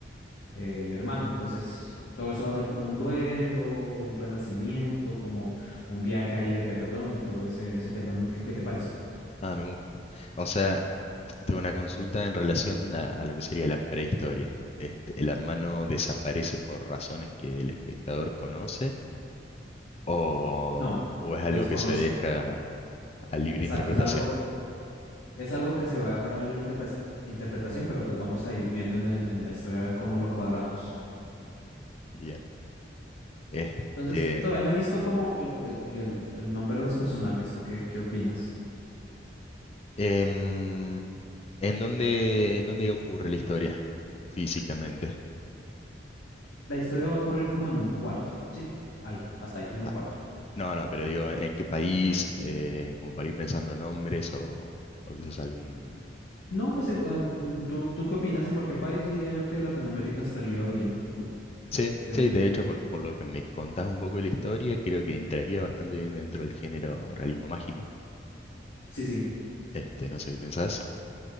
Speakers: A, on the left; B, on the left.
A: eh, el hermano. Entonces, todo eso va a ser como un duelo, un renacimiento, como un viaje ahí de perdón y todo ese, ese tema, ¿no? ¿Qué, qué te parece?
B: ah, me gusta. O sea, tengo una consulta en relación a, a lo que sería la prehistoria. Este, el hermano desaparece por razones que el espectador conoce. o,
A: No,
B: o
A: desconoce.
B: es algo que se deja a libre
A: Exacto,
B: interpretación?
A: es algo, es algo que se va a dejar a libre interpre- interpretación, pero pues vamos a ir viendo en el, en la historia a ver cómo lo cuadramos.
B: Bien. Este,
A: Entonces, todavía no he visto como el, el, el, el nombre de los personajes. ¿Tú qué, qué opinas?
B: em, ¿en dónde, en dónde ocurre la historia físicamente?
A: La historia va a ocurrir como en un cuarto, ¿sí? Ahí, hasta ahí, en
B: Ta.
A: un cuarto.
B: No, no, pero digo, ¿en qué país? Eh, como para ir pensando nombres o, o quizás algún...
A: No, pues en- en- mm, ¿tú, tú qué opinas? En cualquier país diría yo que Latinoamérica estaría bien. ¿Tú
B: Sí,
A: qué,
B: sí,
A: qué?
B: de hecho, por, por lo que me contás un poco de la historia, creo que entraría bastante bien dentro del género realismo mágico.
A: Sí, sí.
B: Este, no sé qué pensás.